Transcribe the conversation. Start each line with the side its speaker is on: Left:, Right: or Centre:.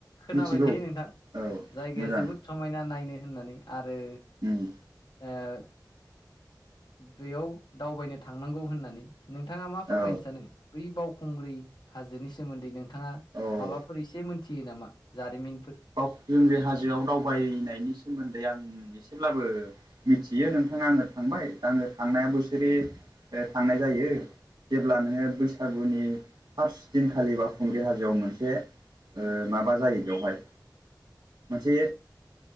Left: खोनाबाय
Right: मिथिगौ
Left: थायो नोंथां
Right: औ
Left: जायगाया
Right: मोजां
Left: जोबोद समायना नायनो होननानै आरो
Right: उम
Left: ओ बेयाव दावबायनो थांनांगौ होननानै नोंथाङा मा फोरमायनो
Right: औ
Left: सानो बै बावखुंग्रि हाजोनि सोमोन्दै नोंथाङा
Right: औ
Left: माबाफोर एसे मोनथियो नामा जारिमिनफोर
Right: बावखुंग्रि हाजोआव दावबायनायनि सोमोन्दै आं एसेब्लाबो मिथियो नोंथाङा आङो थांबाय दा आङो थांनाया बोसोरे थांनाय जायो जेब्ला नोङो बैसागुनि फार्स्ट दिनखालि बावखुंग्रि हाजोआव मोनसे ओ माबा जायो बेवहाय मोनसे